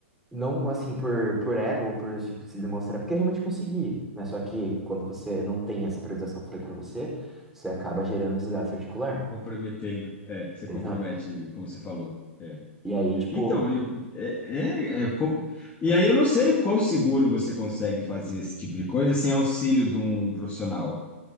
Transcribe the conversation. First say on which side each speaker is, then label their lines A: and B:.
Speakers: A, in the centre; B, on the left (about 20°).
A: Não assim por, por ego ou por tipo, se demonstrar, porque eu realmente consegui, né? Só que quando você não tem essa priorização que eu falei pra você, você acaba gerando desgaste articular.
B: Comprometendo. É, você
A: Exato.
B: compromete, como você falou. É.
A: E aí, tipo,
B: Então, e, é, é, é co- e aí eu não sei o quão seguro você consegue fazer esse tipo de coisa sem auxílio de um profissional.